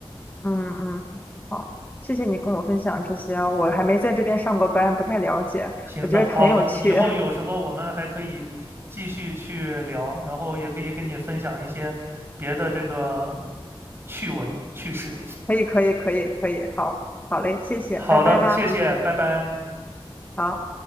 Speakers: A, on the left (about 20°); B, on the right (about 25°).
A: 嗯嗯，好，谢谢你跟我分享这些啊我还没在这边上过班，不太了解，
B: 行的，
A: 我觉得很有趣。
B: 好的，以后有什么我们还可以继续去聊，
A: <laughs>
B: 然后也可以跟你分享一些别的这个趣闻趣事。
A: 可以可以可以可以，好，好嘞，谢谢，
B: 好的，
A: 拜拜啦。
B: 谢谢，拜拜。
A: 好。